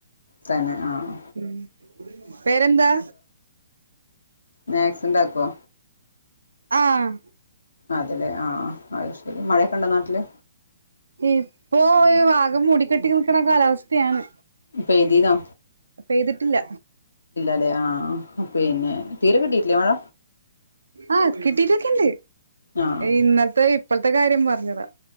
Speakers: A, on the left (about 70°); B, on the right (about 70°).
A: തന്നെ ആഹ്.
B: ഉമ് പേരെന്താ?
A: മാഗ്ഗി ഉണ്ടാക്കോ?
B: ആഹ്
A: അതല്ലേ ആ അത് ശരി മഴയൊക്കെ ഉണ്ടോ നാട്ടില്
B: ഇപ്പൊ വാഗം മൂടിക്കെട്ടി നിക്കണ കാലാവസ്ഥ ത്തയാണ്
A: പെയ്തീനോ
B: പെയ്തിട്ടില്ല
A: അതെ ആഹ് പിന്നെ തീരെ കിട്ടീട്ടില്ലേ മഴ?
B: ആഹ് കിട്ടീട്ടൊക്കെണ്ട്
A: ആ
B: ഇന്നലത്തെ ഇപ്പഴ്ത്തെ കാര്യം പറഞ്ഞതാ